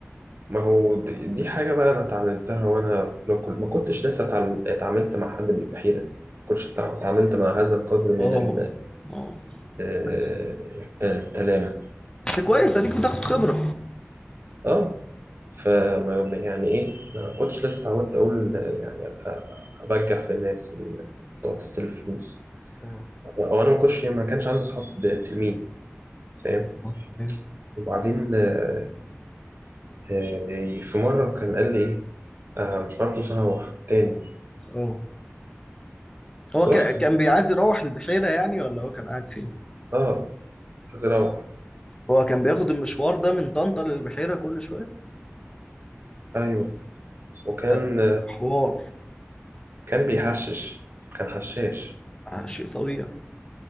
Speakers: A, on the right; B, on the left.
A: ما هو د- دي حاجة بقى أنا اتعلمتها وأنا في أولى كل ما كنتش لسه اتعل- اتعاملت مع حد بالبحيرة ما كنتش اتع- اتعاملت مع هذا القدر من
B: اه
A: ال-
B: اه
A: آه،
B: بس
A: الت- التلامة
B: بس كويس اديك بتاخد خبرة
A: اه فما يعني إيه ما كنتش لسه اتعودت أقول يعني أبقى أبجح في الناس اللي بتقعد تستلف فلوس
B: اه
A: أو أنا ما كنتش ما كانش عندي صحاب تلميذ فاهم
B: اه ايوه
A: وبعدين آه، آه، في مرة كان قال لي إيه آه، مش معايا فلوس أروح تاني
B: اه هو
A: رحت
B: كا- كان بيعايز يروح البحيرة يعني ولا هو كان قاعد فين
A: اه عايز أروح
B: هو كان بياخد المشوار ده من طنطا للبحيرة كل شوية
A: ايوه وكان
B: ده حوار
A: كان بيحشش كان حشاش
B: آه، شيء طبيعي